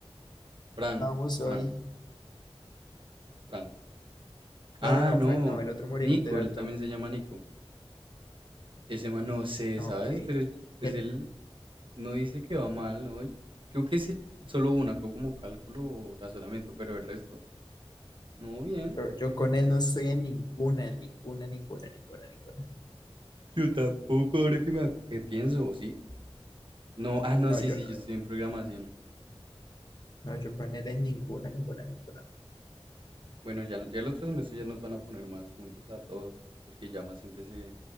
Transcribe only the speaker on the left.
estábamos hoy.
No, no, no,
Frank, no, el otro morenito,
el alto.
Ah,
Ok.
El-
yo, yo con él no estoy en ninguna, en ninguna, ninguna, ninguna, ninguna.
No,
yo,
la-
no, yo con él en ninguna, ninguna, ninguna.